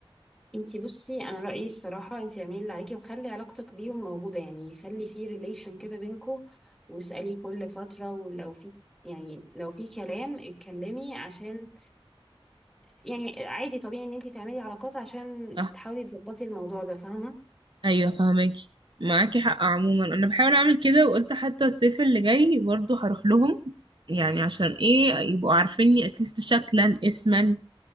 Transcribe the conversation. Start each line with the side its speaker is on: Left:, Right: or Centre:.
Centre: انتي بصي انا رأيي الصراحة انتي اعملي اللي عليكي وخلي علاقتك بيهم موجودة يعني خلي في ريليشن كده بينكوا واسألي كل فترة ولو في يعني لو في كلام اتكلمي عشان يعني عادي طبيعي ان انت تعملي علاقات عشان
Right: صح
Centre: تحاولي تظبطي الموضوع ده فاهمة
Right: ايوه فاهماكي معاكي حق عموما انا بحاول اعمل كده وقلت حتى الصيف اللي جاي برضو هروح لهم يعني عشان ايه يبقوا عارفيني اتليست شكلا اسما